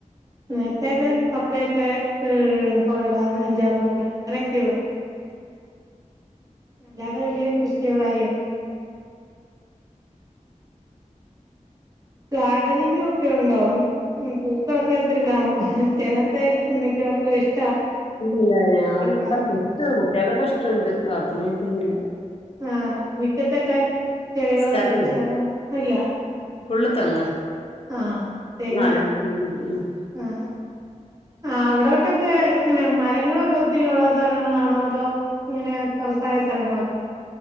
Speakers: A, on the right (about 25°); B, on the left (about 45°).
A: നേര്ത്തേക്കെ കപ്പയൊക്കെ പൊറകില അന്ന് അഞ്ചാറ്മൂട് അത്രയൊക്കെ ഒള്ളൂ അല്ലാതെ വല്ല്യേ കൃഷിയൊ കാര്യയൊ ഒന്നും ഗാർഡനിങ്ങക്കെ ഉണ്ടോ പൂക്കളൊക്കെ ത്തിരിക്കാണോ ചെലറ്ടേത് മിക്കവർക്കും ഇഷ്
B: ഇല്ല ഞങ്ങക്ക്
A: കാര്യങ്ങളൊക്കെ
B: ന്താ ഇഷ്ടാണ് കുട്ട്യേകെക്കെ ഇഷ്ട്ടണ്ട്. ഗാർഡനെയ്റ്റൊന്നും ഇല്ല
A: ആഹ് മിറ്റത്തൊക്കെ ചെടികളൊക്കെവെച്ച്
B: സ്ഥലം
A: ആഹ് ഇല്ല
B: ഫുള്ള് തെങ്ങാ
A: ആഹ് തെങ്ങാ
B: നാലഞ്ച് തെങ്ങുണ്ട് ഉം
A: ആഹ് ആഹ് അവടോട്ടൊക്കെ ഇങ്ങനെ മരങ്ങളൊക്കെ ഒത്തിരിയുള്ള സെലങ്ങളാണോ അതോ ഇങ്ങനെ തുറസായ സ്ഥലങ്ങളൊക്കെയാണോ